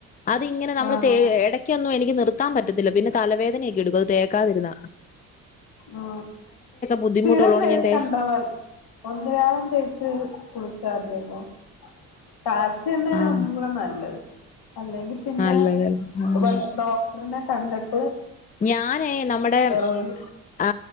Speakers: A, on the left; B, on the left.
A: അത് ഇങ്ങനെ നമ്മള്
B: ആണോ
A: തേ എടയ്ക്കൊന്നും എനിക്ക് നിർത്താൻ പറ്റിത്തി <unintelligible> പിന്നെ തലവേദനയൊക്കെ എടുക്കും അത് തേക്കാതിരുന്ന
B: ആ
A: ബുദ്ധിമുട്ടുള്ളോണ്ട്
B: സ്ഥിരം തേക്കണ്ടവൻ
A: ഞാൻ തേ
B: ഒന്നരാടം തേച്ച് കുളിച്ചാതിയല്ലൊ കാച്ചിയ എണ്ണയാ
A: ആഹ്
B: ഒന്നുകൂടെ നല്ലത് അല്ലെങ്കി പിന്നെ
A: നല്ലതല്ല ആഹ്
B: വ ഡോക്ടർനെ <unintelligible>
A: ഞാനേ നമ്മടെ
B: ഓയിൽ
A: ആ